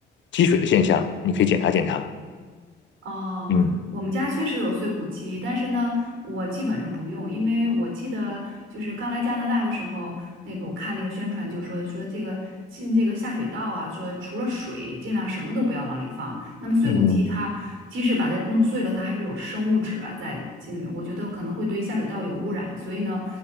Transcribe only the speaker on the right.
哦，
我们家确实有碎骨机，但是呢，我基本上不用，因为我记得就是刚来加拿大的时候，那个我看那个宣传就说说这个进这个下水道啊，说除了水，尽量什么都不要往里放。那么碎骨机它即使把它弄碎了，
它还是有生物质啊在进里，我觉得可能会对下水道有污染，所以呢，